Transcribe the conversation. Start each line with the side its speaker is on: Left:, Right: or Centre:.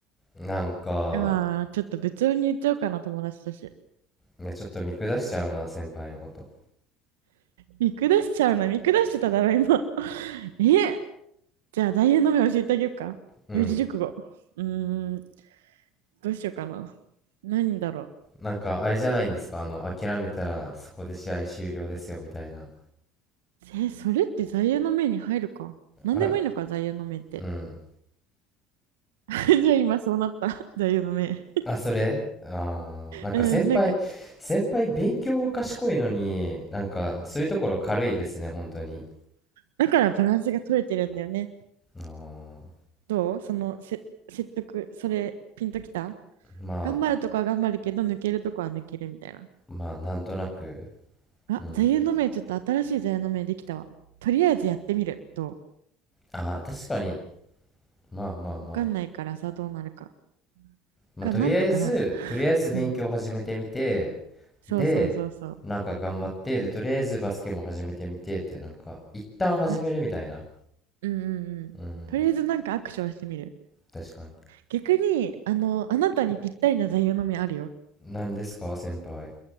Left: なんか、
Right: うわー、ちょっと部長に言っちゃおうかな、友達だし。
Left: いや、ちょっと見下しちゃうな、先輩のこと。
Right: 見下しちゃうな、見下してただろ、今。<laughs> え、じゃあ、大変の目教えてあげようか。
Left: うん。
Right: 四字熟語。うーん、どうしようかな。何だろう。
Left: なんか、あれじゃないんですか、あの、諦めたらそこで試合終了ですよ、みたいな。
Right: え、それって座右の銘に入るか。何でもいいのか、
Left: あ、
Right: 座右の銘って。
Left: うん。
Right: <laughs> じゃあ今そうなった。座右の銘。
Left: あ、それあー、なんか先輩、
Right: うん、なんか、
Left: 先輩勉強は賢いのに、なんか、そういうところ軽いですね、本当に。
Right: だからバランスが取れてるんだよね。
Left: あー、
Right: どうそのせ説得、それ、ピンときた
Left: ま
Right: 頑張るとこは頑張るけど、抜けるとこは抜けるみたいな。
Left: あ、まあ、なんとなく。
Right: あ、
Left: うん。
Right: 座右の銘、ちょっと新しい座右の銘できたわ。とりあえずやってみる。ど
Left: ああ、確かに。まあまあまあ。
Right: うわかんないからさ、どうなるか。
Left: まあ、
Right: か、
Left: とりあえず、
Right: なんとかなる。
Left: とりあえず勉強を始めてみて、
Right: うん。そうそうそうそう。
Left: で、なんか頑張って、で、とりあえずバスケも始めてみてって、なんか、一旦始めるみたいな。
Right: な、うんうんうん。
Left: うん、
Right: とりあえずなんかアクションしてみる。
Left: 確かに。
Right: 逆に、あの、あなたにぴったりな座右の銘あるよ。
Left: 何ですか、先輩。